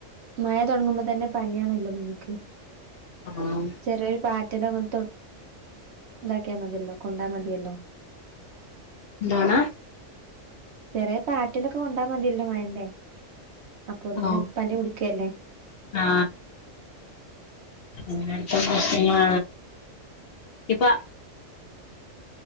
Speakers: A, on the right; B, on the left.
A: മഴ തൊടങ്ങുമ്പോ തന്നെ പനിയാണല്ലോ മുന്നിക്ക്
B: ആ
A: ചെറിയൊരു പാറ്റലോ അങ്ങൻത്തോ ഇതാക്കിയാ മതിയല്ലോ കൊണ്ടാ മതിയല്ലോ
B: എന്താണ്
A: ചെറിയ പാറ്റലൊക്കെ കൊണ്ടാ മതിയല്ലോ മഴേന്റെ അപ്പൊ തന്നെ
B: ആഹ്
A: പനി പുടിക്കേല്ലേ
B: ആ ഇനി അടുത്ത പ്രശ്നമാ ഇപ്പ